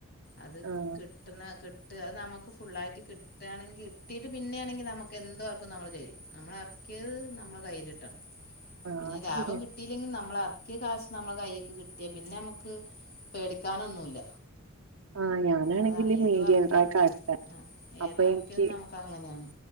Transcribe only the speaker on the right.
ആഹ്
ആഹ്
അത്
ശരിയാണ്
<inaudible> ഞാനാണെങ്കില്
മീഡിയം
ട്രാക്കാ എടുത്തെ
അപ്പൊ
എനിക്ക്